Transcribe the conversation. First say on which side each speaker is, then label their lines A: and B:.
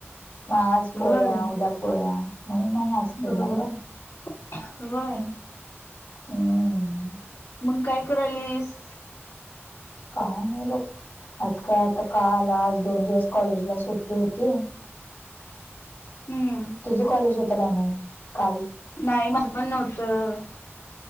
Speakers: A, on the left; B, on the left.
A: ना आज पोळ्या
B: होय
A: उद्या पोळ्या म्हणून नाही आज केला
B: बरोबर
A: ग
B: आ होय
A: हम्म.
B: मग काय करालिस?
A: काय नाही बघ, आज काय आता काल आज दोन दिवस कॉलेजला सुट्टी होती.
B: हम्म
A: तुझं कॉलेज होतं काय नाही काल?
B: नाही माझं पण नव्हत,